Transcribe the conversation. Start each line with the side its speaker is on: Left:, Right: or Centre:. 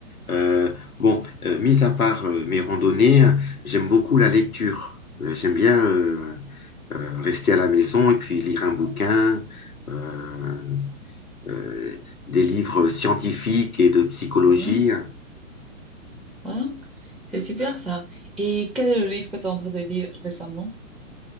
Left: Euh, bon, euh, mis à part euh, mes randonnées, euh, j'aime beaucoup la lecture. Euh, J'aime bien euh, euh, rester à la maison et puis lire un bouquin. Euh, euh, des livres scientifiques et de psychologie.
Centre: Ouais, ouais. C'est super ça. Et quel est le livre que tu es en train de lire récemment?